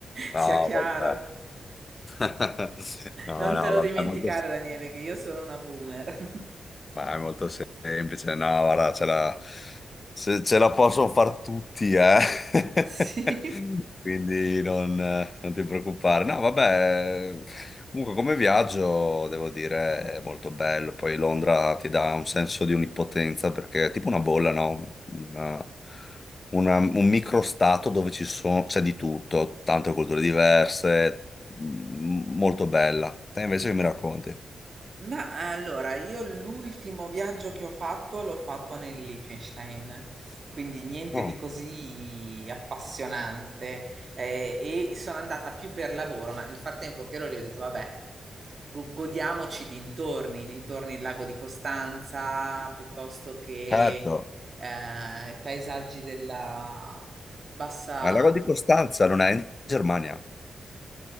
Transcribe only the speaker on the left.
No,
vabbè. <laughs> No,
no,
vabbè,
molto...
Ma è molto semplice, no, guarda, ce la, se- ce la possono far tutti, eh. <laughs>
Quindi non, non ti preoccupare. No, vabbè, comunque come viaggio, devo dire, è molto bello. Poi Londra ti dà un senso di onnipotenza perché è tipo una bolla, no? Una- una- un microstato dove ci sono, c'è di tutto, tante culture diverse, m- molto bella. Te invece che mi racconti?
Oh,
certo.
Ma il lago di Costanza non è in Germania, o